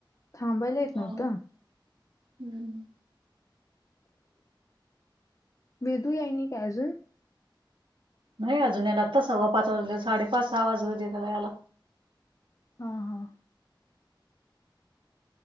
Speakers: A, on the left; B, on the right.
A: थांबायला येत
B: हम्म
A: नव्हतं?
B: हा हम्म.
A: वेदू याई नाय काय अजून?
B: नाही अजून याला आत्ता सव्वा पाच वाजलेत, साडेपाच, सहा वाजू देत त्याला यायला.
A: हा. हा.